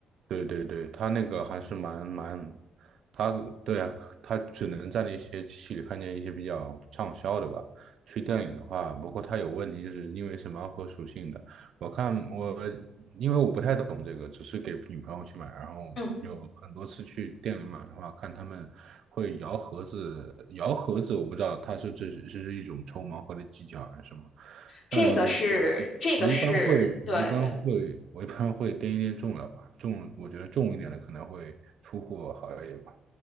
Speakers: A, on the right; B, on the left.
A: 对对对，他那个还是蛮蛮，他对啊，他只能在那些机器里看见一些比较畅销的吧。去电影的话，包括他有问题，就是因为是盲盒属性的。我看我因为我不太懂这个，只是给女朋友去买，然后有很多次去店里买的话，
B: 嗯，
A: 看他们会摇盒子，摇盒子我不知道他是这是这是一种抽盲盒的技巧还是什么，
B: 这个是这个是对对
A: 但是我我一般会，我一般会，我一般会掂一掂重量吧，重，我觉得重一点的可能会出货好一点吧。